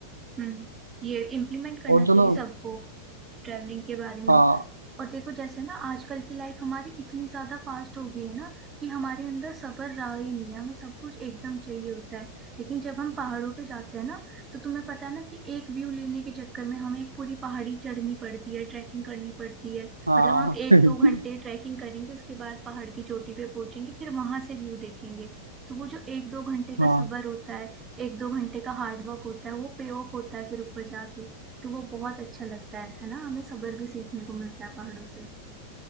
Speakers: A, on the right; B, on the right.
A: हम्म ये इम्प्लीमेंट करना
B: और
A: चाहिए
B: चलो
A: सबको ट्रैवलिंग के बारे में
B: हाँ
A: और देखो जैसे ना आजकल की लाइफ हमारी इतनी ज्यादा फास्ट हो गई है ना कि हमारे अंदर सब्र रहा ही नहीं है हमें सब कुछ एकदम चाहिए होता है लेकिन जब हम पहाड़ों पे जाते हैं ना तो तुम्हें पता है ना कि एक व्यू लेने के चक्कर में हमें एक पूरी पहाड़ी चढ़नी पड़ती है ट्रैकिंग करनी पड़ती है
B: हाँ
A: मतलब हम एक
B: <laughs>
A: दो घंटे ट्रैकिंग करेंगे उसके बाद पहाड़ की चोटी पे पहुंचेंगे फिर वहां से व्यू देखेंगे तो वो जो एक दो घंटे का
B: हाँ
A: सब्र होता है एक दो घंटे का हार्ड वर्क होता है वो पे ऑफ होता है फिर ऊपर जाके तो वो बहुत अच्छा लगता है है ना हमें सब्र भी सीखने को मिलता है पहाड़ों से